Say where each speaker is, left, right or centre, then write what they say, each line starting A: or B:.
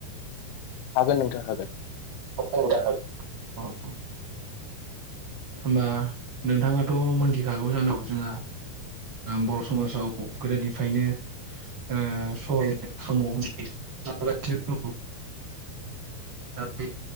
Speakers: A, on the left; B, on the right.
A: हगोन नोंथां हागोन
B: अ नोंथां हागोन अ होनबा नोंथाङाथ' मोनथिखागौ जानांगौ जोंहा बर' समाजाव गोदोनिफ्रायनो ओ सबायजों साम' होननाय जाबोगासिनो दङ बे